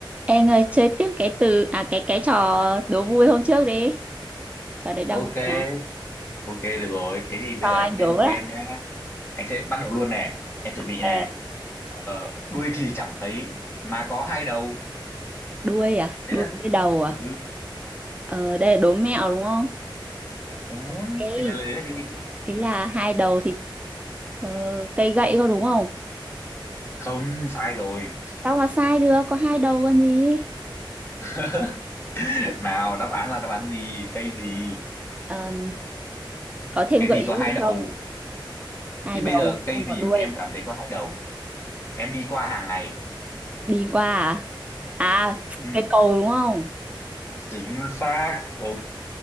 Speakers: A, on the right; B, on the left.
A: Em ơi, chơi tiếp cái từ à cái cái trò đố vui hôm trước đi. Trò đấy đang
B: ok
A: vui lắm.
B: ok được rồi thế thì bây
A: Cho
B: giờ
A: anh
B: anh
A: đố
B: sẽ đố
A: đấy.
B: em nhá anh sẽ bắt đầu luôn nè em chuẩn bị
A: Ờ,
B: nè ờ, đuôi thì chẳng thấy mà có hai đầu
A: đuôi à?
B: đấy
A: Đuôi
B: là
A: với đầu à?
B: ừ,
A: Ờ đây là đố mẹo đúng không?
B: ừ.
A: Ê,
B: thì là đấy là cái gì
A: ý là hai đầu thì ờ, cây gậy có đúng không?
B: không sai rồi
A: Sao mà sai được, có hai đầu còn gì?
B: <laughs> nào đáp án là đáp án gì cây gì
A: Ờ, có thêm
B: cái
A: gợi
B: gì
A: ý
B: có hai
A: gì
B: đầu
A: không? Hai
B: thì bây
A: đầu
B: giờ cây
A: không
B: gì
A: có đuôi.
B: mà em cảm thấy có hai đầu em đi qua hàng ngày
A: Đi qua à? À,
B: ừ,
A: cái cầu đúng không?
B: chính xác ok